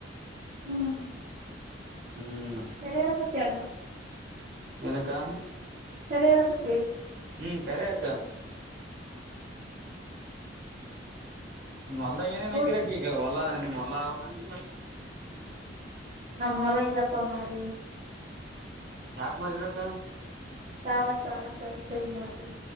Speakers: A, on the right; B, on the right.
A: ಹ್ಮ್
B: ಹ್ಮ್
A: ಚರಡೆ ಪತಿಯಣ
B: ನಕ್ಕಾ
A: ಸರಿ ಹೇಳಕತ್ತಿ
B: ಹ್ಮ್ ಕರಕ್ಕಾ ನಲ್ಲ ಏನೇನಕಿರಕ್ಕೆಗ
A: ಊಟ್
B: ಅಲ್ಲ ಮಲ್ಲ ಅವಲ್ಲ
A: ನಮ್ಮ ಮುಲಲಿಪ್ಪ ಮಾಡಾರ
B: ಯಾಕ ಮರಿರಕ್ಕ
A: ಸಾಲ ಸಾಲ ಪಸ ಮಾಡ್ರ